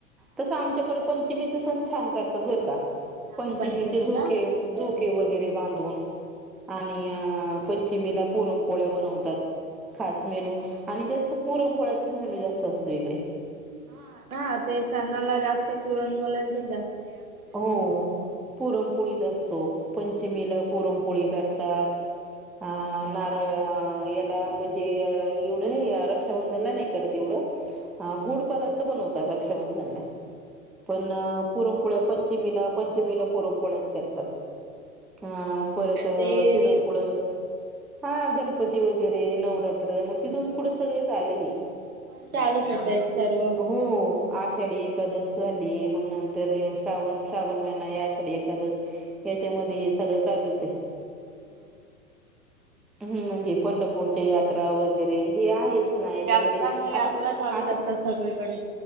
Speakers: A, in the centre; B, on the right.
A: तसं आमच्याकडे पंचमीचा सण छान करतात बरं का.
B: नागपंचमी
A: पंचमीचे झोके
B: का हा
A: झोके वगैरे बांधून. आणि
B: काय
A: पंचमीला पुरणपोळ्या बनवतात. खास मेनू आणि जास्त पुरणपोळ्याचाच मेनू जास्त असतो इकडे.
B: हा हा ते सणाला जास्त पुरणपोलांचच जास्त हे असतं.
A: हो पुरणपोळीच असतो पंचमीला पुरणपोळी करतात. अ नारळ याला म्हणजे एवढं नाही रक्षाबंधनला नाही करत एवढं. अ गोड पदार्थ बनवतात रक्षाबंधनला पण पुरणपोळी पोळ्या पंचमीला पंचमीला पुरणपोळ्याच करतात अ परत
B: ते
A: तिथून
B: रीत
A: पुढं. हा गणपती वगैरे नवरात्र मग तिथून पुढं सगळेच आले हे.
B: सण चालूच होताय सर्व
A: हो आषाढी एकादशी झाली मग नंतर श्रावण श्रावण महिना या आषाढी एकादश याच्यामध्ये हे सगळं चालूच आहे
B: हो
A: हम्म म्हणजे पंढरपूरच्या यात्रा वगैरे हे आहे. नाही
B: यात्रा
A: तर मध्ये
B: मग यात्रा
A: आता
B: चालूच
A: आता
B: असतात सगळीकडे